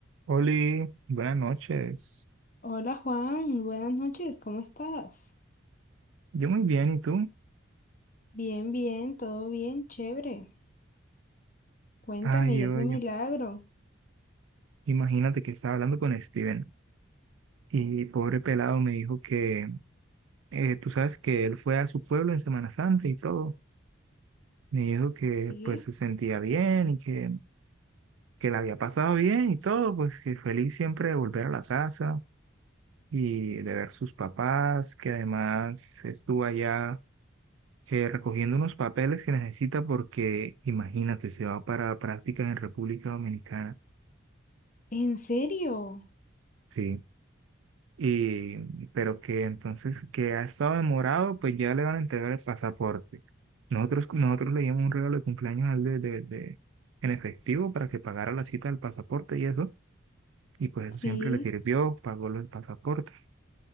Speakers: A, on the right; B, on the left.
A: Oli, buenas noches.
B: Hola Juan, buenas noches, ¿cómo estás?
A: Yo muy bien, ¿y tú?
B: Bien, bien, todo bien, chévere. Cuéntame,
A: Ay,
B: ¿y ese
A: oye,
B: milagro?
A: imagínate que estaba hablando con Steven y pobre pelado me dijo que, eh, tú sabes que él fue a su pueblo en Semana Santa y todo. Me dijo que
B: Sí.
A: pues se sentía bien y que, que la había pasado bien y todo, pues que feliz siempre de volver a la casa y de ver sus papás, que además estuvo allá eh, recogiendo unos papeles que necesita porque, imagínate, se va para prácticas en República Dominicana.
B: ¿En serio?
A: Sí. y pero que entonces que ha estado demorado, pues ya le van a entregar el pasaporte. Nosotros, nosotros le dimos un regalo de cumpleaños al de, de, de- en efectivo para que pagara la cita del pasaporte y eso, y pues eso
B: Sí.
A: siempre le sirvió, pagó los pasaportes,